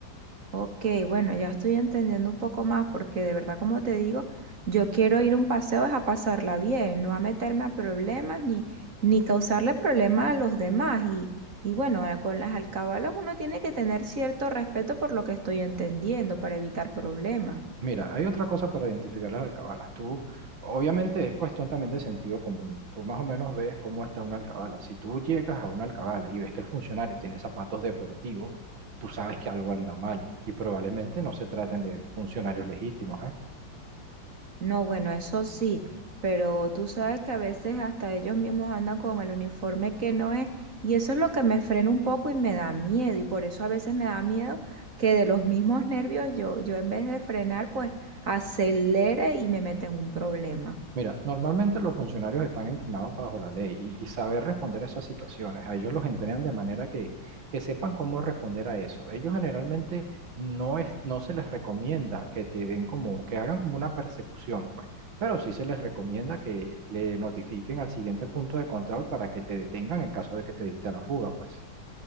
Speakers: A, on the right; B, on the right.
A: Ok, bueno, ya estoy entendiendo un poco más porque de verdad, como te digo, yo quiero ir a un paseo es a pasarla bien, no a meterme a problemas ni, ni causarle problemas a los demás. Y, y bueno, a- con las alcabalas uno tiene que tener cierto respeto por lo que estoy entendiendo para evitar problemas.
B: Mira, hay otra cosa para identificar las alcabalas. Tú, obviamente es cuestión también de sentido común. Tú más o menos ves cómo está una alcabala. Si tú llegas a una alcabala y ves que el funcionario tiene zapatos deportivos, tú sabes que algo anda mal y probablemente no se traten de funcionarios legítimos, ¿eh?
A: No, bueno, eso sí, pero tú sabes que a veces hasta ellos mismos andan con el uniforme que no es y eso es lo que me frena un poco y me da miedo y por eso a veces me da miedo que de los mismos nervios yo, yo en vez de frenar pues acelere y me meta en un problema.
B: Mira, normalmente los funcionarios están entrenados bajo la ley y, y saber responder a esas situaciones. A ellos los entrenan de manera que, que sepan cómo responder a eso. Ellos generalmente no es, no se les recomienda que te den como, que hagan como una persecución, pues, pero sí se les recomienda que le notifiquen al siguiente punto de control para que te detengan en caso de que te diste a la fuga, pues.